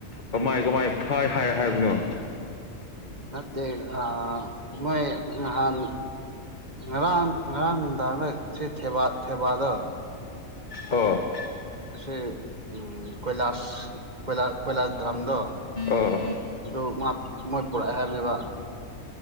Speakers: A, on the left; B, on the right.
A: ꯀꯃꯥꯏ ꯀꯃꯥꯏ ꯐꯩ ꯍꯥꯏ ꯍꯥꯏꯕꯅꯣ
B: ꯅꯦ ꯑ ꯃꯣꯏ ꯍꯍꯥꯟ ꯉꯔꯥꯡ ꯉꯔꯥꯡ ꯅꯨꯡꯗꯥꯡꯔ ꯁꯤ ꯊꯦꯕꯥꯗꯣ
A: ꯑ
B: ꯁꯤ ꯎ ꯀꯣꯏꯂꯥꯁ ꯀꯣꯏ ꯀꯣꯏꯂꯥꯁ ꯗ꯭ꯔꯝꯗꯣ
A: ꯑꯣ
B: ꯑꯗꯨ ꯃꯣꯏ ꯄꯨꯔꯛꯑꯦ ꯍꯥꯏꯕꯅꯦꯕ